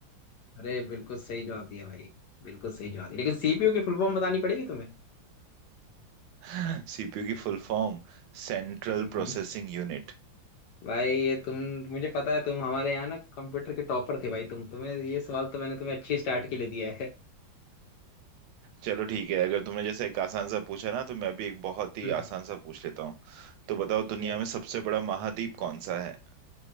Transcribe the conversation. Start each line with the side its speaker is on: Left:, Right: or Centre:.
Left: अरे बिल्कुल सही जवाब दिया भाई बिल्कुल सही जवाब दिया लेकिन सीपीयू की फुल फॉर्म बतानी पड़ेगी तुम्हें
Right: <laughs> सीपीयू की full form central
Left: हम्म
Right: processing unit
Left: भाई ये तुम मुझे पता है तुम हमारे यहाँ ना कंप्यूटर के टॉपर थे भाई तुम तुम्हें ये सवाल तो मैंने तुम्हें अच्छी स्टार्ट के लिए दिया है
Right: चलो ठीक है अगर तुमने जैसे एक आसान सा पूछा ना तो मैं भी एक बहुत ही
Left: हम्म,
Right: आसान सा पूछ लेता हूँ तो बताओ
Left: ठीक
Right: दुनिया
Left: है
Right: में सबसे बड़ा महाद्वीप कौन सा है